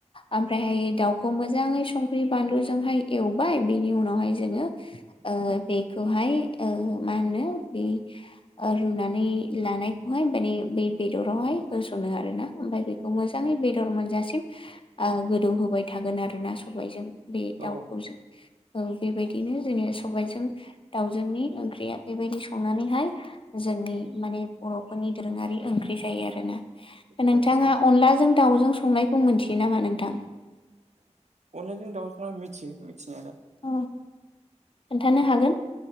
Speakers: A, on the left; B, on the right.
A: ओमफ्रायहायो दाउखौ मोजाङै संख्रि बानलुजोंहाय एवबाय बेनि उनावहाय जोङो ओ बेखौहाय ओ मा होनो बे रुनानै लानायखौहाय माने बै बेदरावहाय होसनो आरो ना ओमफाय बे खौ मोजाङै
B: औ
A: बेदर मोनजासिम ओ गोदौ होबाय थागोन आरोना सबायजों। बे दाउखौ
B: औ
A: जों ओ बेबायदिनो जोङो सबायजों दावजोंनि ओंख्रिया बेबायदि संनानैहाय जोंनि माने बर'फोरनि दोरोङारि ओंख्रि जायो आरोना। नोंथाङा
B: औ जायो
A: अनलाजों दाउजों संनायखौ मोनथियो नामा नोंथां?
B: अनलाजों दाउजों आं मिथियो मिथिनायालाय।
A: अ खोन्थानो हागोन।